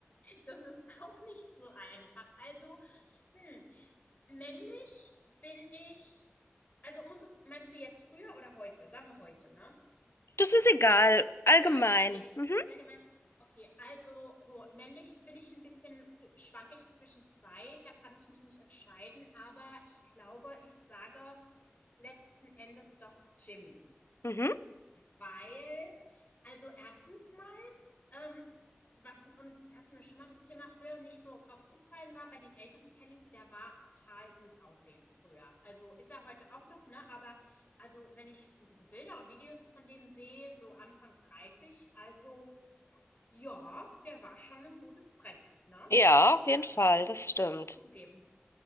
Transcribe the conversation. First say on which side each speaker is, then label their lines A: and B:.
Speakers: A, on the left (about 40°); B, on the left (about 80°).
A: das ist auch nicht so einfach. Also, Hm, männlich bin ich also muss es meinst du jetzt früher oder heute? Sagen wir heute, ne?
B: Das ist egal, allgemein.
A: Egal, okay.
B: Mhm.
A: Allgemein. Okay, also ho männlich bin ich ein bisschen zw schwanke ich zwischen 2. da kann ich mich nicht entscheiden, aber ich glaube, ich sage letzten Endes doch Jimmy.
B: Mhm.
A: Weil, also erstens mal, ähm, was uns, hatten wir schon mal das Thema früher nicht so aufgefallen war, bei den älteren Kellys, der war total gut aussehend früher. Also ist er heute auch noch, ne? Aber also wenn ich so Bilder und Videos von dem sehe, so Anfang 30, also ja, der war schon ein gutes Brett, ne?
B: Ja,
A: Muss ich
B: auf jeden
A: sagen.
B: Fall,
A: Muss,
B: das
A: muss
B: stimmt.
A: man zugeben.